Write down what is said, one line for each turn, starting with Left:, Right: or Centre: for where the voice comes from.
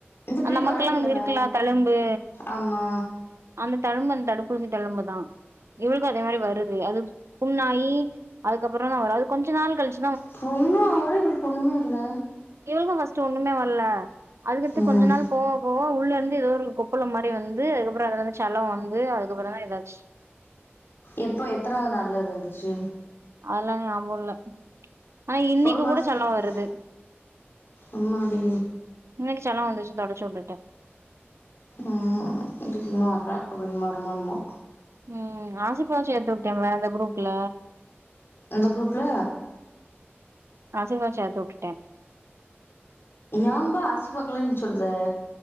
Left: இந்த பிள்ளைக்கு
Right: அ நமக்கெல்லா
Left: வரவே இல்ல
Right: இங்க இருக்குல
Left: பா
Right: தழும்பு
Left: ஆமா
Right: அந்த தழும்பு அந்த தடுப்பூசி தழும்பு தா இவ்வளுக்கும் அதே மாரி வருது அது புண்ணாயி அதுக்கப்புற தா வரு அது கொஞ்சோ நாள் கழிச்சி
Left: புண்ணு ஆவள இவளுக்கு ஒண்ணுமே வரல
Right: இவளுக்கு ஃபர்ஸ்ட் ஒண்ணுமே வரல அதுக்கடுத்து
Left: ம்
Right: கொஞ்சோ நாள் போ இப்ப உள்ள இருந்து ஏதோ ஒரு கொப்பள மாரி வந்து அதுக்கப்புற அது இருந்து செலம் வந்து அதுக்கு அப்புற தா ஏதாச்சு
Left: எப்ப எத்தனாவது நல்லது இருந்துச்சு
Right: அதெல்லா ஞாபம் இல்ல ஆனா இன்னைக்கு
Left: ஒரு மாசத்து
Right: கூட செலோ வருது
Left: ஆமா அடி
Right: இன்னைக்கு செலம் வந்துச்சு தொடச்ச வுட்டுடே
Left: ம் இதுக்குன்னும் வர்றே அப்டின்னு வருரமோ இன்னமோ
Right: ம் ஆசிபா சேத்துவுட்டே அந்த குரூப்ல
Left: அந்த குரூப்ல
Right: ஆசிப சேத்து வுட்டுட்டே
Left: ஏம்பா ஆசிவாக்க எல்லா நினுச்சுவுட சொல்லுத